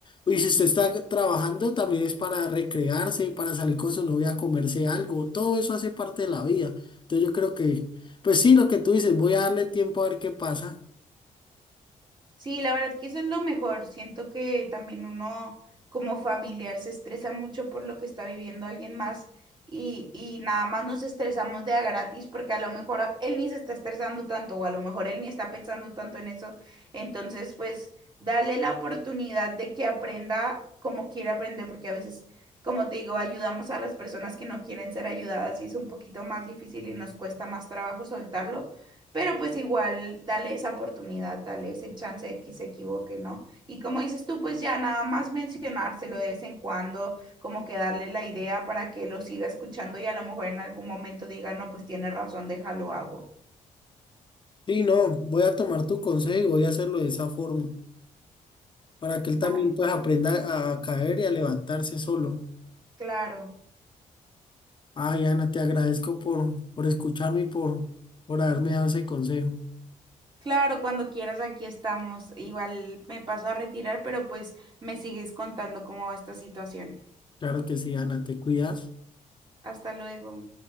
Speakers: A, on the left (about 35°); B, on the right (about 30°).
A: y si usted está trabajando también es para recrearse, para salir con su novia a comerse algo, todo eso hace parte de la vida. Entonces yo creo que, pues sí, lo que tú dices, voy a darle tiempo a ver qué pasa.
B: Sí, la verdad que eso es lo mejor. Siento que también uno como familiar se estresa mucho por lo que está viviendo alguien más y, y nada más nos estresamos de a gratis porque a lo mejor él ni se está estresando tanto o a lo mejor él ni está pensando tanto en eso. Entonces, pues, darle la oportunidad de que aprenda como quiere aprender porque a veces, como te digo, ayudamos a las personas que no quieren ser ayudadas y es un poquito más difícil y nos cuesta más trabajo soltarlo. Pero pues igual, dale esa oportunidad, dale ese chance de que se equivoque, ¿no? Y como dices tú, pues ya nada más mencionárselo de vez en cuando, como que darle la idea para que lo siga escuchando y a lo mejor en algún momento diga, no, pues tiene razón, déjalo hago.
A: Sí, no, voy a tomar tu consejo y voy a hacerlo de esa forma. para que él
B: Va,
A: también pues aprenda a caer y a levantarse solo.
B: claro.
A: Ay, Ana, te agradezco por, por escucharme y por, por haberme dado ese consejo.
B: Claro, cuando quieras aquí estamos. Igual me paso a retirar, pero pues me sigues contando cómo va esta situación.
A: Claro que sí, Ana, te cuidas.
B: Hasta luego.